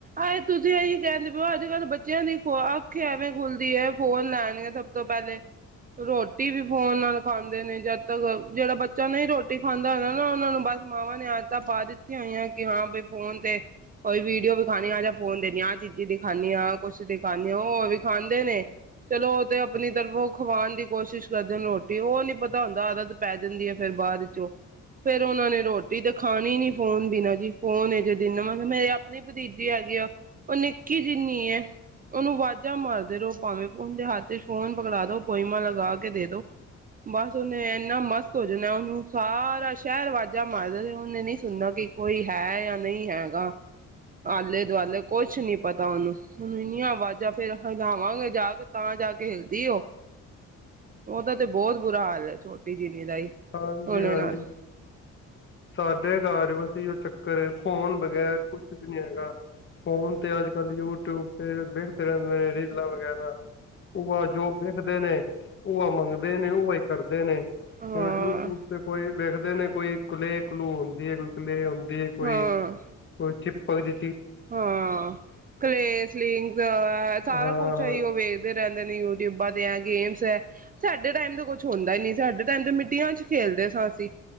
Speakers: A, on the right; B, on the left.
A: ਆਏ ਤੁਸੀ ਏਈ ਕੈਂਦੇ ਅੱਜ ਕੱਲ੍ਹ ਬੱਚਿਆਂ ਦੀ ਅੱਖ ਈ ਐਵੇਂ ਖੁੱਲਦੀ ਏ ਫੋਨ ਲੈਣਗੇ ਸਭ ਤੋਂ ਪਹਿਲੇ, ਰੋਟੀ ਵੀ ਫੋਨ ਨਾਲ ਖਾਂਦੇ ਨੇ ਜਦ ਤੱਕ ਜਿਹੜਾ ਬੱਚਾ ਨਹੀਂ ਰੋਟੀ ਖਾਂਦਾ ਹੋਇਗਾ ਨਾ ਉਹਨਾਂ ਨੂੰ ਬਸ ਮਾਵਾਂ ਨੇ ਆਦਤਾਂ ਪਾ ਦਿੱਤੀਆਂ ਹੋਈਆਂ ਕਿ ਹਾਂ ਬਈ ਫੋਨ ਤੇ, ਕੋਈ ਵੀਡੀਓ ਵਿਖਾਣੀ ਆ ਜਾਂ ਫੋਨ ਦੇਣੀ ਆ, ਆਹ ਚੀਜ਼ੀ ਦਿਖਾਣੀ ਆ, ਆਹ ਕੁਛ ਦਿਖਾਨੀ ਆ, ਓਹ ਵੀਖਾਂਦੇ ਨੇ ਚਲੋ ਓਹ ਤੇ ਆਪਨੀ ਤਰਫੋਂ ਖਵਾਣ ਦੀ ਕੋਸ਼ਿਸ਼ ਕਰਦੇਨ ਰੋਟੀ ਓਹ ਨੀ ਪਤਾ ਹੋਂਦਾ ਆਦਤ ਪੈ ਜਾਂਦੀ ਏ ਫਿਰ ਬਾਅਦ ਚੋਂ ਫੇਰ ਉਹਨਾਂ ਨੇ ਰੋਟੀ ਤੇ ਖਾਣੀ ਨੀ ਫੋਨ ਬਿਨਾਂ ਜੀ ਫੋਨ ਏ ਮੇਰੇ ਆਪਣੀ ਭਤੀਜੀ ਹੈਗੀ ਆ, ਓਹ ਨਿੱਕੀ ਜਿੰਨੀ ਏ, ਓਨੂੰ ਵਾਜਾਂ ਮਾਰਦੇ ਰਹੋ ਭਾਵੇਂ ਉੰਡੇ ਹਾੱਥ ਚ ਫੋਨ ਪਕੜਾ ਦੋ, ਪੋਇਮਾ ਲਗਾ ਕੇ ਦੇ ਦੋ, ਬਸ ਓਹਨੇ ਇੰਨਾ ਮਸਤ ਹੋ ਜਾਣਾ ਓਹਨੂੰ ਸਾਰਾ ਸ਼ਹਿਰ ਵਾਜਾਂ ਮਾਰਦਾ ਜਿ ਉਹਨੇ ਨਹੀ ਸੁਣਨਾ ਕਿ ਕੋਈ ਹੈ ਯਾ ਨਹੀਂ ਹੈਗਾ ਆਲੇ ਦੁਆਲੇ ਕੁਛ ਨੀ ਪਤਾ ਓਹਨੂੰ ਹੁਣ ਇੰਨੀਆਂ ਵਾਜਾਂ ਫੇਰ ਹਂਗਾਵਾਂਗੇ ਜਾ ਕੇ, ਤਾਂ ਜਾ ਕੇ ਹਿਲਦੀ ਓਹ, ਓਹਦਾ ਤੇ ਬੋਹਤ ਬੁਰਾ ਹਾਲ ਏ ਛੋਟੀ ਦਾ ਜਿੰਨੀ ਹੀ
B: ਹਾਂਜੀ
A: ਉਹਦੇ
B: ਹਾਂਜੀ,
A: ਨਾਲ
B: ਸਾਡੇ ਘਰ ਵਸ ਇਓ ਚ ਘਰ ਏ ਫੋਨ ਬਗੈਰ ਕੁਛ ਭੀ ਨੀ ਹੈਗਾ ਫੋਨ ਤੇ ਅੱਜ ਕੱਲ ਯੂਟਿਊਬ ਤੇ ਵੇਖਦੇ ਰਹਿੰਦੇ ਨੇ ਰੀਲਾਂ ਵਗੈਰਾ ਓਹਾ ਜੋ ਵੇਖਦੇ ਨੇ ਉਹਾ ਮੰਗਦੇ ਨੇ ਉਹਾ ਇ ਕਰਦੇ ਨੇ
A: ਹਾਂ,
B: ਹੋਣ ਯੂਟਿਊਬ ਤੇ ਕੋਈ ਵੇਖਦੇ ਨੇ ਕੋਈ ਕਲੇ ਕਲੂ ਹੁੰਦੀ ਹੈ ਕੋਈ ਕਲੇ ਵੀ ਕੋਈ
A: ਹਾਂ,
B: ਕੁਛ ਚੀਪਕਦੀ
A: ਹਾਂ ਕਲੇ ਸਲਿੰਕ ਸਾਰਾ
B: ਹਾਂ
A: ਕੁਛ ਅਈਯੋ ਵੇਖਦੇ ਰਹਿੰਦੇ ਨੇ ਯੁਟਯੂਊਬਾਂ ਤੇ ਏ ਗੇਮਸ ਹੈ, ਸਾਡੇ ਟਾਈਮ ਤੇ ਕੁਛ ਹੁੰਦਾ ਨੀ ਸਾਡੇ ਟਾਈਮ ਤੇ ਮਿੱਟੀਆਂ ਚ ਖੇਲਦੇ ਸਾਂ ਅਸੀਂ।